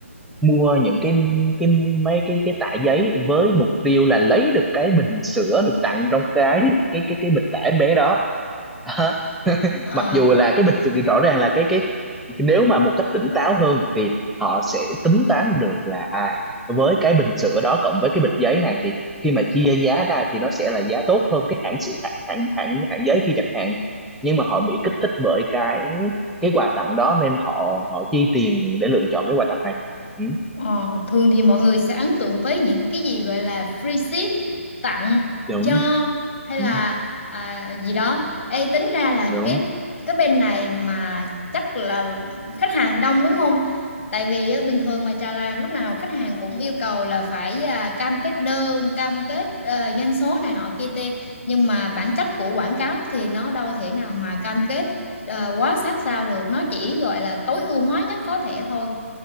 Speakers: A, in the centre; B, on the left.
A: mua những cái cái mấy cái cái tã giấy với mục tiêu là lấy được cái bình sữa được tặng trong cái cái cái cái bịch tã em bé đó <laughs>
B: ờ,
A: mặc dù là cái bịch rõ ràng là cái cái nếu mà một cách tỉnh táo hơn thì họ sẽ tính toán được là à với cái bình sữa đó cộng với cái bịch giấy này thì khi mà chia giá ra thì nó sẽ là giá tốt hơn cái hãng sữa hãng hãng hãng, hãng giấy kia chẳng hạn nhưng mà họ bị kích thích bởi cái cái quà tặng đó nên họ họ chi tiền để lựa chọn cái quà tặng này ừ,
B: Ờ, thường thì mọi người sẽ ấn tượng với những cái gì gọi là free ship tặng
A: đúng
B: cho hay
A: ừ,
B: là à, gì đó. Ê, tính ra là
A: đúng
B: cái cái bên này mà chắc là khách hàng đông đúng không? Tại vì á, bình thường mà trà làm lúc nào khách hàng cũng yêu cầu là phải à, cam kết đơn, cam kết ờ, doanh số này nọ kia tê. Nhưng mà bản chất của quảng cáo thì nó đâu thể nào mà cam kết ờ, quá sát sao được. Nó chỉ gọi là tối ưu hóa nhất có thể thôi